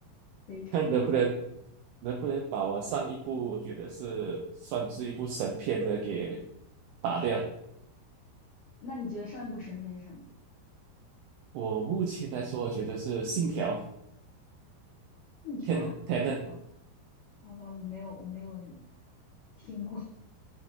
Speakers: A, on the left; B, on the right.
A: 非常棒。
B: 看能不能。能不能把我上一部我觉得是算是一部神片的给打掉？
A: 那你觉得上一部神片是什么？
B: 我目前来说，我觉得是《信条》
A: 信条？
B: 天的天能，
A: 好，好吧，我没有，我没有听过